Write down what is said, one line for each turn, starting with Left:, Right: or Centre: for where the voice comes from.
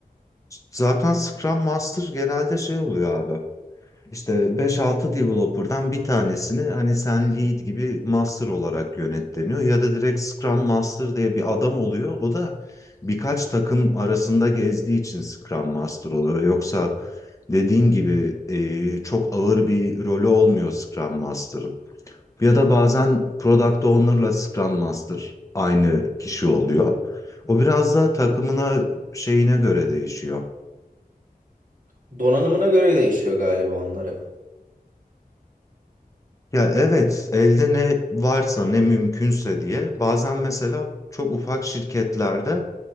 Left: zaten Scrum Master genelde şey oluyor abi. İşte beş-altı developer'dan bir tanesini hani sen lead gibi master olarak yönet deniyor ya da direkt Scrum Master diye bir adam oluyor. O da birkaç takım arasında gezdiği için Scrum Master oluyor. Yoksa dediğin gibi e, çok ağır bir rolü olmuyor Scrum Master'ın. Ya da bazen Product Owner'la Scrum Master aynı kişi oluyor. O biraz da takımına şeyine göre değişiyor.
Right: mı? Donanımına göre değişiyor galiba onları.
Left: Ya evet, elde ne varsa ne mümkünse diye bazen mesela çok ufak şirketlerde